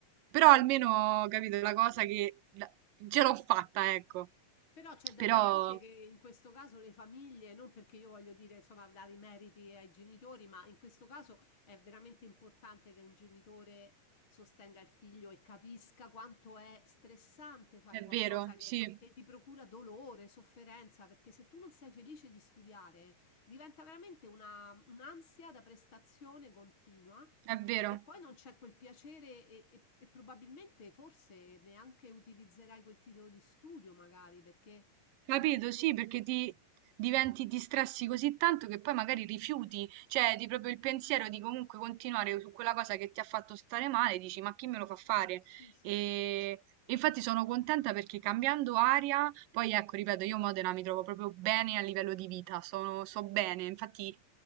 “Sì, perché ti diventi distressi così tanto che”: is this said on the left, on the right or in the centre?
Right